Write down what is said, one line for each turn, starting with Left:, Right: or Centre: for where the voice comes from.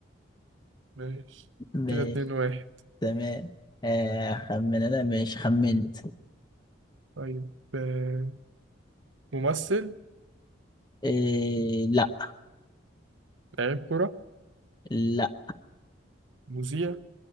Right: ماشي
Left: ماشي
Right: كده اتنين واحد
Left: تمام آه خمن انا ماشي خمنت
Right: طيب آه، ممثل
Left: إيه لا
Right: لعيب كرة
Left: لا
Right: مذيع